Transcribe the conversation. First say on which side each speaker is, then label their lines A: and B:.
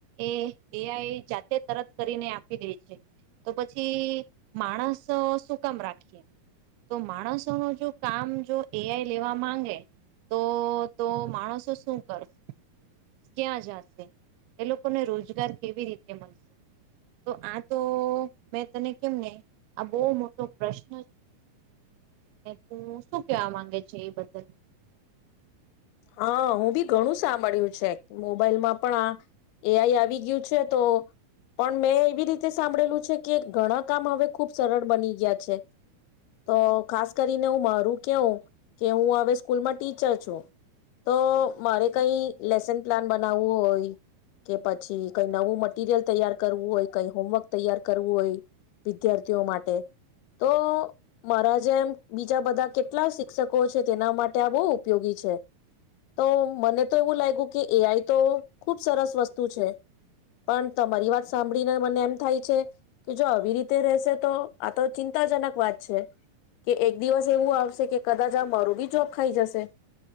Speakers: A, on the right (about 85°); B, on the left (about 85°).
A: એ એઆઈ જાતે તરત કરીને આપી દે છે તો પછી માણસ શું કામ રાખીએ તો માણસોનું જો કામ જો એઆઈ લેવા માંગે તો તો માણસો શું કરશે ક્યાં જશે એ લોકોને રોજગાર કેવી રીતે મળશે તો આ તો મેં તને કેમને આ બહુ મોટો પ્રશ્ન તું શું કેવા માંગે છે એ બદલ
B: હા હું બી ઘણું સાંભળ્યું છે મોબાઈલમાં પણ આ એઆઈ આવી ગયું છે તો પણ મેં એવી રીતે સાંભળેલું છે કે ઘણા કામ હવે ખુબ સરળ બની ગયા છે તો ખાસ કરીને હું મારું કેવું કે હું હવે સ્કૂલમાં ટીચર છું તો મારે કઈ લેસન પ્લાન બનાવવું હોય કે પછી કઈ નવું મટીિરિયલ તૈયાર કરવું હોય કઈ હોમવર્ક તૈયાર કરવું હોય વિદ્યાર્થીઓ માટે તો મારા જેમ બીજા બધા કેટલા શિક્ષકો છે તેના માટે ત્યાં બહુ ઉપયોગી છે તો મને તો એવું લાગ્યું કે એઆઈ તો ખુબ સરસ વસ્તુ છે પણ તમારી વાત સાંભળીને મને એમ થાય છે કે જો આવી રીતે રહેશે તો આ તો ચિં ચિંતાજનક વાત છે કે એક દિવસ એવું આવશે કે કદાચ આ મારું બી જોબ ખાઈ જશે